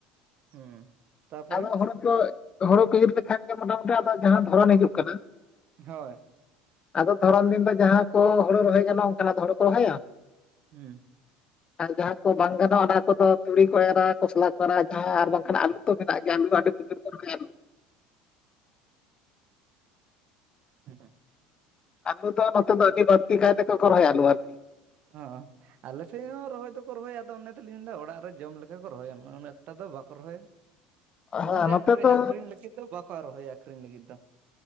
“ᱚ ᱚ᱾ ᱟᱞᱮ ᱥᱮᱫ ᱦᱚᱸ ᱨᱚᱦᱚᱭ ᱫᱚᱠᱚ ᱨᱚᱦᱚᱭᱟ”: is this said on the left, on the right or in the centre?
Right